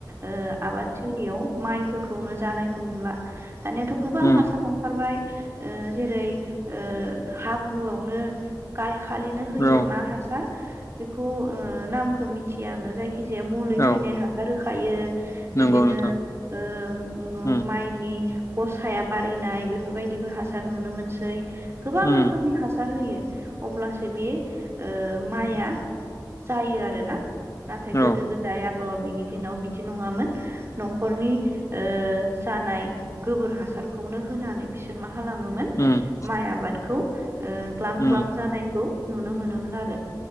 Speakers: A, on the right; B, on the left.
A: ओ आबाद लियाव माइफोरखौनो जानायखौ नुला दानियाथ' गोबां हा
B: उम
A: <unintelligible> ओंखारबाय ओ जेरै ओ हाब्रुआवनो गायखालिनो होयो
B: औ
A: मा हासार बेखौ नामखो मिथिया आङो जाय खि जाया मुलै
B: औ
A: थैनाय हासार होखायो। बिदिनो
B: नंगौ नोंथां
A: ओ
B: उम
A: माइनि गसाया बारिनाय बेफोरबायदिबो हासार नुनो मोनसै। गोबां
B: उम
A: रोखोमनि हासार होयो। अब्लासो बे ओ माइआ जायो आरोना नाथाय गोदो
B: औ
A: गोद जाय आबौ आबैनि दिनाव बिदि नङामोन न'खरनि ओ जानाय गोबोर हासारखौनो होनानै बिसोर मा खालामोमोन
B: उम
A: माइ आबादखौ ओ ग्लाम
B: उम
A: ग्लाम जानायखौ नुनो मोनोमोन आरो।